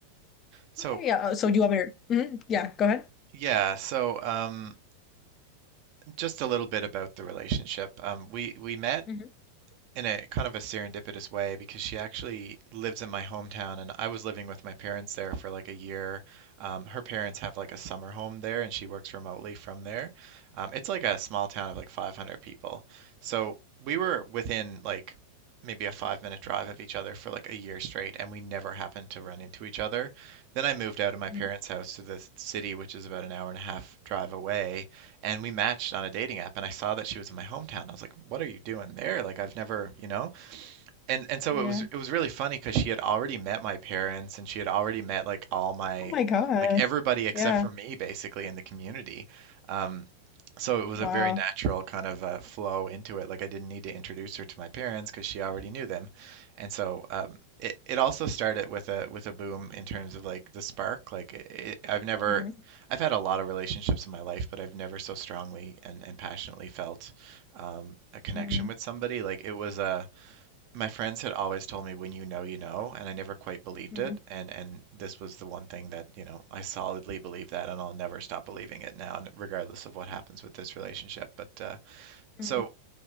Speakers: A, on the right; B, on the left.
A: So
B: Okay. Yeah. uh, So do you want me to? mhm, Yeah. Go ahead.
A: yeah, so um, just a little bit about the relationship. Um, we we met
B: hmm
A: in a kind of a serendipitous way because she actually lives in my hometown, and I was living with my parents there for like a year. Um, her parents have like a summer home there, and she works remotely from there. Um, it's like a small town of like 500 people, so we were within like maybe a five minute drive of each other for like a year straight, and we never happened to run into each other. Then I moved out of my
B: hmm
A: parents' house to the city, which is about an hour and a half drive away and we matched on a dating app and I saw that she was in my hometown. I was like, "What are you doing there? Like I've never, you know?" And and so
B: Yeah.
A: it was it was really funny because she had already met my parents and she had already met like all my
B: Oh my God.
A: like everybody except
B: Yeah.
A: for me basically in the community. Um so it was
B: Wow.
A: a very natural kind of uh, flow into it. Like I didn't need to introduce her to my parents because she already knew them. And so um, it it also started with a with a boom in terms of like the spark. Like it, I've never,
B: hmm
A: I've had a lot of relationships in my life, but I've never so strongly and, and passionately felt um, a connection
B: hmm
A: with somebody. Like it was a my friends had always told me when you know, you know, and I never quite believed
B: hmm
A: it. And and this was the one thing that, you know, I solidly believe that and I'll never stop believing it now, n- regardless of what happens with this relationship. But uh
B: hmm
A: so